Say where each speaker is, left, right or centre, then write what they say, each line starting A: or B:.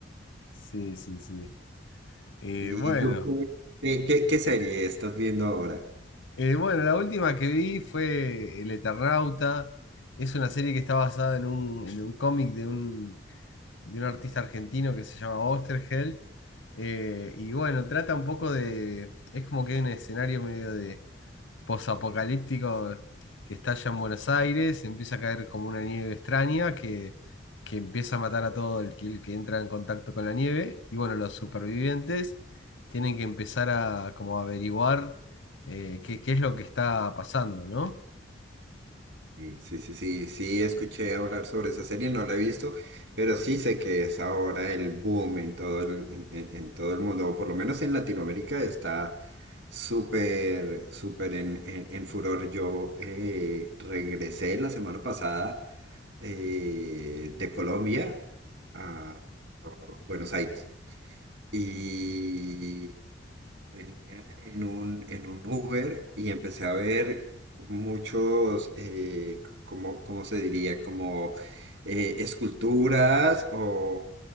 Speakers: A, on the left; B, on the right.
A: Sí, sí, sí. Eh,
B: ¿Y
A: bueno.
B: tú qué, qué, qué- qué serie estás viendo ahora?
A: Eh, bueno, la última que vi fue El Eternauta. Es una serie que está basada en un, en un cómic de un, de un artista argentino que se llama Osterhel. Eh, y bueno, trata un poco de... Es como que hay un escenario medio de posapocalíptico que está allá en Buenos Aires, empieza a caer como una nieve extraña que, que empieza a matar a todo el que, el que entra en contacto con la nieve. Y bueno, los supervivientes tienen que empezar a como averiguar eh, qué, qué es lo que está pasando, ¿no?
B: Sí, sí, sí, sí, sí, escuché hablar sobre esa serie, no la he visto, pero sí sé que es ahora el boom en todo el, en, en- en todo el mundo, o por lo menos en Latinoamérica está súper, súper en, en- en furor. Yo eh, regresé la semana pasada eh, de Colombia a a Buenos Aires y... Venía en un, en un Uber y empecé a ver muchos, eh, c- como, ¿cómo se diría? Como eh, esculturas o